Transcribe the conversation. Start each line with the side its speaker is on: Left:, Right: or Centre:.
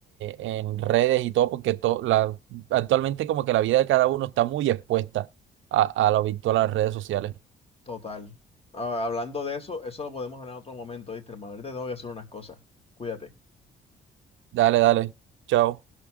Right: eh, en redes y todo, porque to- la, actualmente como que la vida de cada uno está muy expuesta a, a lo virtual, a las redes sociales.
Left: Total. Ah, Hablando de eso, eso lo podemos hablar en otro momento, ¿viste, hermano? Ahorita tengo que hacer unas cosas. Cuídate.
Right: Dale, dale, chao.